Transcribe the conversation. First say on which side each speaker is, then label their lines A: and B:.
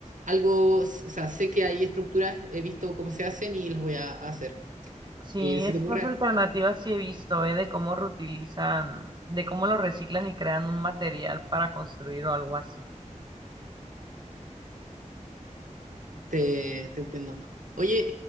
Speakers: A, on the right; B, on the right.
A: algo, o sea, sé que hay estructuras, he visto cómo se hacen y las voy a hacer.
B: Sí,
A: Eh, ¿se
B: estas
A: te ocurre
B: alternativas sí he visto, ¿eh? De cómo reutilizan, de cómo lo reciclan y crean un material para construir o algo así.
A: Te, te entiendo. Oye,